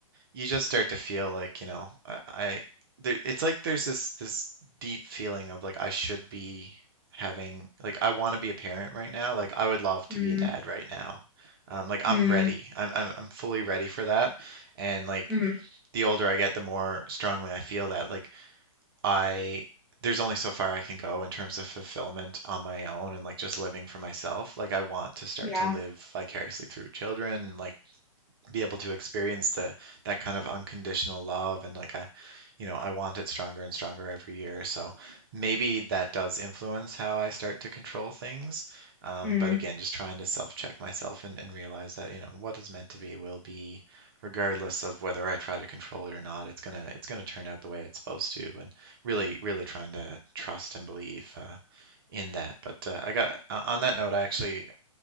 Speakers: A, on the right; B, in the centre.
A: you just start to feel like, you know, I, I there, it's like there's this this deep feeling of like I should be having like I want to be a parent right now. Like I would love
B: Mm,
A: to be a dad right now. Um, like
B: mm,
A: I'm ready. I'm, I'm I'm fully ready for that. And like
B: mm,
A: the older I get, the more strongly I feel that like I there's only so far I can go in terms of fulfillment on my own and like just living for myself. Like I want to start
B: yeah.
A: to live vicariously through children, like be able to experience the that kind of unconditional love and like I you know I want it stronger and stronger every year so maybe that does influence how I start to control things um,
B: Mm,
A: but again just trying to self-check myself and, and realize that you know what is meant to be will be regardless of whether I try to control it or not it's gonna it's gonna turn out the way it's supposed to and really really trying to trust and believe uh, in that but uh, I got uh, on that note I actually